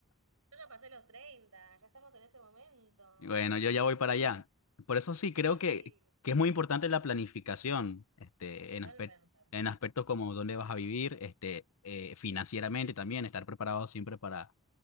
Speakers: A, on the right; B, on the left.
A: ya pasé los 30. Ya estamos en ese momento.
B: Y Bueno, yo ya voy para allá. Por eso sí, creo
A: Sí,
B: que,
A: sí,
B: que es muy importante la planificación, este,
A: totalmente.
B: en aspe- en aspectos como dónde vas a vivir, este, eh, financieramente también, estar preparado siempre para